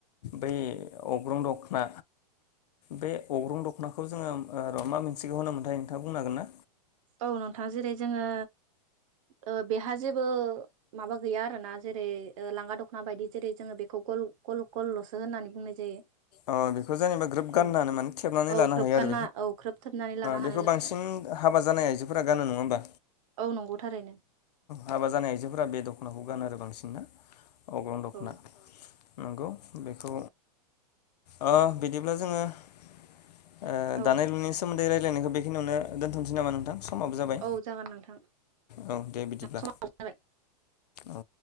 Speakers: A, on the left; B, on the right.
A: बै अग्रं दख'ना बे अग्रं दख'नाखौ जोङो ओ र' मा मोनसेखौ होनो मोनथाय नोंथाङा बुंनो हागोन ना?
B: औ नोंथाङा जेरै जोङो ओ बेहा जेबो माबा गैया आरो ना जेरै ओ लांगा दख'ना बायदि जेरै जोङो बेखौ गल गल गलल'सो होननानै बुंनाय जायो।
A: अ बेखौ जेनेबा ग्रोब गाननानै
B: औ
A: माने थेबनानै
B: औ
A: लानो
B: ख्रोबगानना
A: हायो आरो
B: औ ख्रोबथोबनानै लानो हानायल'सो
A: बेखौ बांसिन हाबा हाबा जानाय आइजोफोरा गानो नङा होमबा
B: औ नंगौ थारैनो
A: हाबा जानाय आइजोफोरा बे दख'नाखौ गानो आरो बांसिनना अग्रं दखना
B: औ
A: नंगौ। बेखौ ओ बिदिब्ला जोङो ओ
B: औ
A: दानाय लुनायनि सोमोन्दै रायलायखौ बेखिनियावनो दोनथ'सै नामा नोंथां? समाबो जाबाय
B: औ जागोन नोंथां
A: औ दे बिदिब्ला
B: समाबो जाबाय।
A: औ।